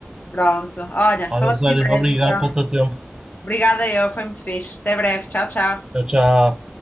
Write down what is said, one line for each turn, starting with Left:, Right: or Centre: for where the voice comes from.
Left: Pronto, olha,
Right: Olha,
Left: falamos
Right: Zé,
Left: em breve
Right: obrigado
Left: então.
Right: pelo teu tempo.
Left: Obrigada eu, foi muito fixe. Até breve, tchau, tchau.
Right: Tchau, tchau.